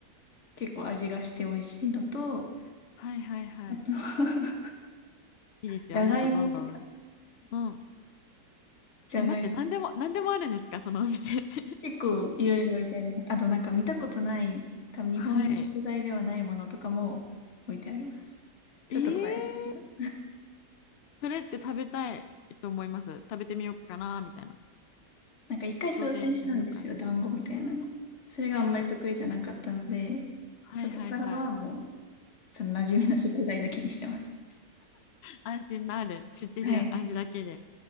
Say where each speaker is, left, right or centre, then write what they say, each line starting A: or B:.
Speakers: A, on the left; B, on the left.
A: 結構味がして美味しいのと、
B: はいはいはい。
A: あと <laughs>
B: いいですよ。
A: じゃがいもとか、
B: もっとどんどんうん。
A: じゃがいも。
B: え、待って、何でも、<laughs> 何でもあるんですか、そのお店。<laughs>
A: 結構いろいろ置いてあります。あとなんか見たことない、多分日本の食材ではないものとかも置いてあります。
B: はい。
A: ちょっと怖いですけど。
B: えー、それって食べたいと思います。食べてみようかな、みたいな。
A: なんか一回挑戦したんですよ、
B: 挑戦してみようかな。
A: 団子みたいなの。
B: うん。
A: それがあんまり得意じゃなかったので、
B: はいはい、なはいはいはい。
A: そこからはもう、その馴染みの食材だけにしてます。
B: 安心なる。知ってる味だけで。
A: はい。